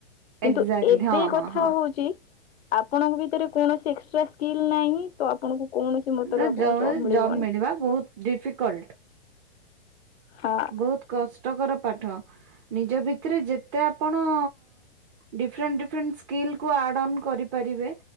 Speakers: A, on the left; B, on the right.
A: କିନ୍ତୁ
B: ଏକ୍ଜାକ୍ଟଲି
A: ଏବେ
B: ହଁ
A: କଥା
B: ହଁ ହଁ
A: ହଉଚି ଆପଣଙ୍କ ଭିତରେ କୌଣସି ଏକ୍ସଟ୍ରା ସ୍କିଲ୍ ନାହିଁ ତ ଆପଣଙ୍କୁ କୌଣସି ମତରେ
B: ତ
A: ଆପଣଙ୍କୁ
B: ଜଅ
A: ମିଳିବନି।
B: ଜବ୍ ମିଳିବା ବହୁତ ଡିଫିକଲ୍ଟ।
A: ହଁ।
B: ବହୁତ କଷ୍ଟକର ପାଠ। ନିଜ ଭିତରେ ଯେତେ ଆପଣ ଡିଫରେଣ୍ଟ ଡିଫରେଣ୍ଟ ସ୍କିଲ୍ କୁ ଆଡ୍ ଅନ୍ କରିପାରିବେ।